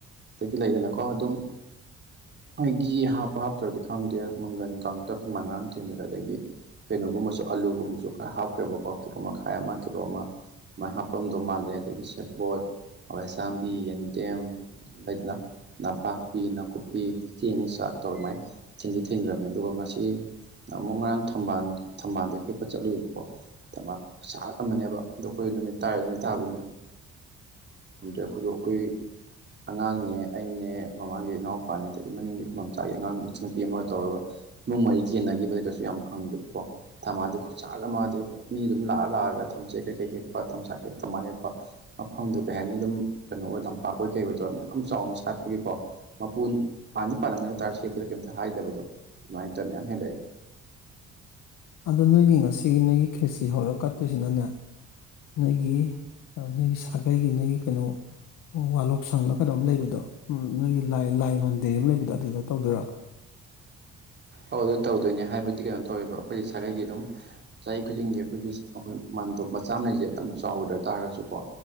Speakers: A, on the right; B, on the left.
A: ꯗꯒꯤ ꯂꯩꯗꯅꯀꯣ ꯑꯗꯨꯝ ꯍꯣꯏ ꯘꯤ ꯍꯥꯞꯄ ꯍꯥꯞꯇ꯭ꯔꯕꯗꯤ ꯈꯪꯗꯦ ꯃꯪꯒꯟ ꯀꯥꯡꯇꯛ ꯑꯩꯈꯣꯏꯃꯥ ꯉꯥꯔꯥꯡ ꯊꯤꯟꯕꯗ ꯑꯗꯒꯤ ꯀꯩꯅꯣꯒꯨꯝꯕꯁꯨ ꯑꯥꯂꯨꯒꯨꯝꯕꯁꯨ ꯈꯔ ꯍꯥꯞꯈ꯭ꯔꯦꯕꯀꯣ ꯀꯤꯂꯣ ꯃꯈꯥꯏ ꯑꯃ ꯀꯤꯂꯣ ꯑꯃ ꯑꯃꯥꯏ ꯍꯥꯞꯄꯝꯗꯣ ꯃꯥꯜꯂꯦ ꯑꯗꯒꯤ ꯁꯦꯕꯣꯠ ꯍꯋꯥꯏꯁꯥꯡꯕꯤ ꯌꯦꯟꯗꯦꯝ ꯂꯩꯥꯗꯅ ꯅꯄꯥꯛꯄꯤ ꯅꯥꯀꯨꯞꯄꯤ ꯆꯦꯡ ꯆꯥꯛ ꯇꯧꯔ ꯑꯃꯥꯏ ꯊꯤꯟꯗꯤ ꯊꯤꯟꯈ꯭ꯔꯕꯅꯦ ꯑꯗꯨꯒ ꯉꯁꯤ ꯑꯃꯨꯛ ꯉꯔꯥꯡ ꯊꯝꯕꯥꯜ ꯊꯝꯕꯥꯜꯗꯣ ꯍꯦꯛꯄ ꯆꯠꯂꯨꯏꯦꯕꯀꯣ ꯊꯝꯕꯥꯜ ꯈꯨꯁꯥꯠ ꯑꯃꯅꯦꯕ ꯑꯗꯣ ꯑꯩꯈꯣꯏ ꯅꯨꯃꯤꯠ ꯇꯥꯔꯦꯗꯅ ꯇꯥꯕꯗꯤ ꯅꯨꯃꯤꯠ ꯃꯔꯝꯗꯤ ꯑꯩꯈꯣꯏꯗꯣ ꯑꯩꯈꯣꯏ ꯑꯉꯥꯡꯅꯦ ꯑꯩꯅꯦ ꯃꯃꯥꯡꯒꯤ ꯏꯅꯥꯎꯄꯥꯅꯦ ꯑꯗꯒꯤ ꯃꯅꯤꯡꯒꯤ ꯈꯨꯃꯝꯆꯥꯒꯤ ꯑꯉꯥꯡ ꯃꯆꯟꯅꯨꯄꯤ ꯑꯃꯒ ꯇꯧꯔꯒ ꯏꯃꯨꯡ ꯃꯔꯤ ꯌꯦꯟꯅꯒꯤꯕꯗ ꯀꯩꯁꯨ ꯌꯥꯝ ꯐꯪꯗꯦꯀꯣ ꯊꯝꯚꯥꯟꯗꯨ ꯈꯨꯠꯁꯥꯠ ꯑꯃ ꯑꯗꯨꯒꯤ ꯃꯤ ꯑꯗꯨꯝ ꯂꯥꯛꯑ ꯂꯥꯛꯑꯒ ꯊꯝꯆꯦꯠ ꯀꯩꯀꯩ ꯍꯦꯛꯄ ꯊꯝꯆ ꯊꯝꯚꯥꯟ ꯍꯦꯛꯄ ꯃꯐꯝꯗꯨ ꯀꯩ ꯍꯥꯏꯅꯤ ꯑꯗꯨꯝ ꯀꯩꯅꯣ ꯑꯣꯏ ꯂꯝꯄꯥꯛ ꯑꯣꯏ ꯀꯩ ꯑꯣꯏꯇꯧꯔꯥ ꯃꯌꯥꯝ ꯆꯥꯎꯅ ꯁꯥꯠꯄꯒꯤꯀꯣ ꯃꯄꯨꯟ ꯄꯥꯟꯗꯤ ꯄꯥꯜꯂꯝꯒꯅꯤ ꯑꯇꯥꯔꯁꯨ ꯁꯦꯛꯄꯗ ꯀꯩꯝꯇ ꯍꯥꯏꯗꯕꯗꯣ ꯑꯗꯨꯃꯥꯏ ꯇꯧꯔ ꯃꯌꯥꯝ ꯍꯦꯜꯂꯛꯑꯦ
B: ꯑꯗꯣ ꯅꯣꯏꯒꯤ ꯉꯁꯤꯒꯤ ꯅꯣꯏꯒꯤ ꯈꯦꯆꯤ ꯍꯧꯔ ꯀꯠꯇꯣꯏꯁꯤꯅꯅꯦ ꯅꯣꯏꯒꯤ ꯑ ꯅꯣꯏꯒꯤ ꯁꯥꯒꯩꯒꯤ ꯅꯣꯏꯒꯤ ꯀꯩꯅꯣ ꯑꯣ ꯋꯥꯂꯣꯛ ꯁꯪꯂ ꯀꯩꯅꯣꯝ ꯂꯩꯕꯗꯣ ꯎꯝ ꯅꯣꯏꯒꯤ ꯂꯥꯏ ꯂꯥꯏ ꯃꯟꯗꯤꯔ ꯑꯃ ꯂꯩꯕꯗꯣ ꯑꯗꯨꯗ ꯇꯧꯗꯣꯏꯔꯥ
A: ꯇꯧꯗꯤ ꯇꯧꯗꯣꯏꯅꯦ ꯍꯥꯏꯕꯗꯤ ꯀꯩꯅꯣ ꯇꯧꯋꯦꯕ ꯑꯩꯈꯣꯏꯒꯤ ꯁꯥꯒꯩꯒꯤ ꯑꯗꯨꯝ ꯆꯍꯤ ꯈꯨꯗꯤꯡꯒꯤ ꯑꯩꯈꯣꯏꯒꯤ ꯑꯁꯤ ꯑꯩꯈꯣꯏ ꯃꯥꯟꯗꯣꯞ ꯃꯆꯥ ꯑꯝ ꯂꯩꯖꯦ ꯌꯥꯝ ꯆꯥꯎꯗ꯭ꯔ ꯇꯥꯔꯁꯨꯀꯣ